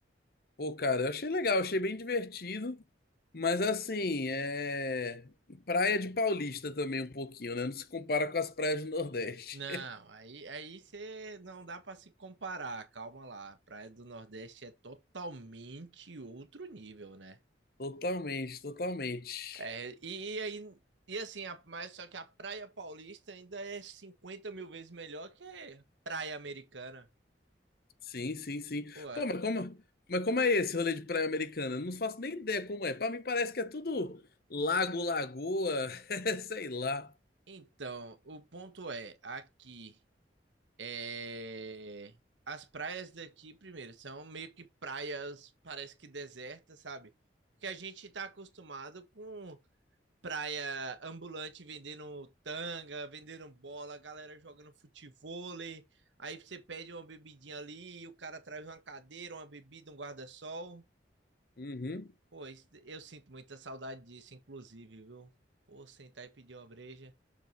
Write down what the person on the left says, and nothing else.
Pô, cara, eu achei legal, achei bem divertido. Mas assim, é praia de paulista também um pouquinho, né? Não se compara com as praias do Nordeste.
<laughs> Totalmente, totalmente.
Sim, sim, sim.
Pô, mas como, mas como é esse rolê de praia americana? Eu Não faço nem ideia como é. Pra mim parece que é tudo lago, lagoa, <laughs> sei lá.
Uhum.